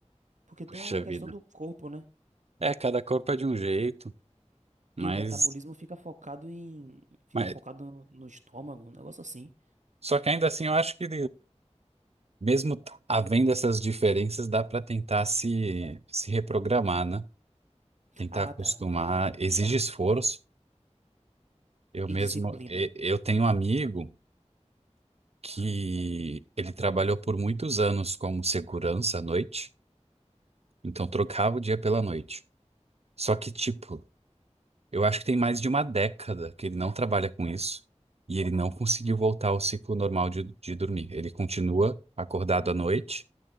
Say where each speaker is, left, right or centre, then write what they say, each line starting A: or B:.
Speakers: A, on the right; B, on the right.
A: Porque tem
B: Puxa
A: a questão
B: vida.
A: do corpo, né?
B: É, cada corpo é de um jeito, mas,
A: E o metabolismo fica focado em. Fica
B: mas
A: focado no estômago, um negócio assim.
B: só que ainda assim eu acho que Mesmo t- havendo essas diferenças, dá para tentar se, se reprogramar, né? Tentar
A: Ah,
B: acostumar,
A: dá.
B: exige esforço. Eu
A: e
B: mesmo,
A: disciplina.
B: e- eu tenho um amigo que ele trabalhou por muitos anos como segurança à noite, então trocava o dia pela noite. Só que, tipo, eu acho que tem mais de uma década que ele não trabalha com isso e ele não conseguiu voltar ao ciclo normal de, de dormir. Ele continua acordado à noite